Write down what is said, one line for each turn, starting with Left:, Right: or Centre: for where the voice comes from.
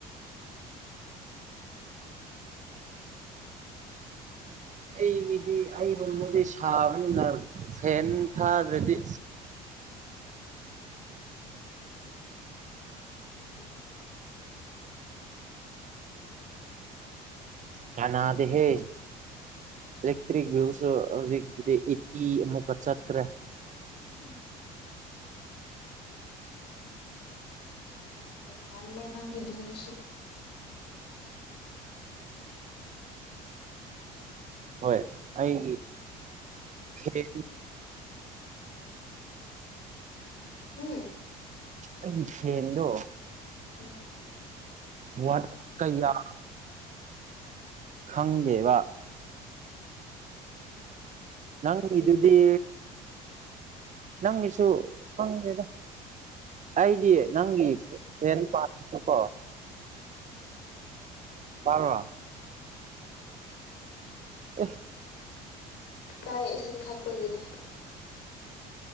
Right: ꯑꯩꯒꯤꯗꯤ ꯑꯩ ꯔꯨꯝꯗꯗꯤ ꯁꯥꯕꯅꯤꯅ ꯐꯦꯟ ꯊꯥꯗ꯭ꯔꯗꯤ
Left: ꯎꯝ
Right: ꯀꯅꯥꯗꯦ ꯍꯦ ꯏꯂꯦꯛꯇ꯭ꯔꯤꯛ ꯚ ꯍꯧꯖꯤꯛ ꯑꯦꯠꯇꯤ ꯑꯃꯨꯛꯀ ꯆꯠꯈ꯭ꯔꯦ
Left: ꯎꯝ ꯃꯂꯦ ꯅꯪꯒꯤꯦ ꯌꯁꯨ
Right: ꯍꯣꯏ ꯑꯩꯒꯤ ꯈꯦꯗꯤ
Left: ꯎꯝ
Right: ꯑꯩꯒꯤ ꯐꯦꯟꯗꯣ
Left: ꯎꯝ
Right: ꯋꯥ ꯀꯌꯥ ꯈꯪꯗꯦꯕ ꯅꯪ ꯏꯗꯨꯗꯤ ꯅꯪꯒꯤꯁꯨ ꯈꯪꯗꯦꯗ ꯑꯩꯗꯤ ꯅꯪꯒꯤ ꯐꯦꯟ ꯄꯥꯅꯀꯣ ꯄꯥꯔ ꯋꯥ ꯎ
Left: ꯇꯥꯏ ꯏꯁꯤꯡ ꯊꯛꯄꯒꯤꯅꯦ